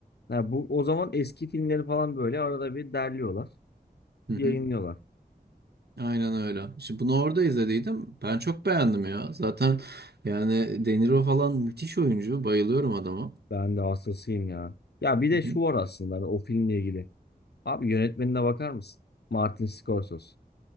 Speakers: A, on the left (about 90°); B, on the right (about 85°).
A: Ha, bu o zaman eski filmleri falan böyle arada bir derliyorlar,
B: Hı hı.
A: yayınlıyorlar.
B: Aynen öyle. İşte bunu orada izlediydim. Ben çok beğendim ya. Zaten yani De Niro falan müthiş oyuncu. Bayılıyorum adama.
A: Ben de hastasıyım ya. Ya bir
B: Hı
A: de
B: hı.
A: şu var aslında hani o filmle ilgili. Abi yönetmenine bakar mısın? Martin Scorsese.